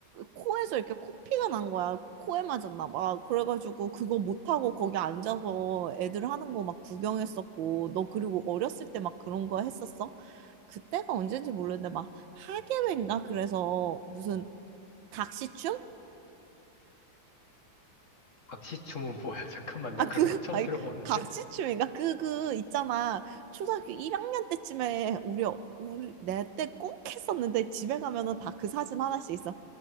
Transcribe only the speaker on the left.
박시춤은 뭐야? <laughs> 잠깐만, 나
그런
거
처음
들어보는데?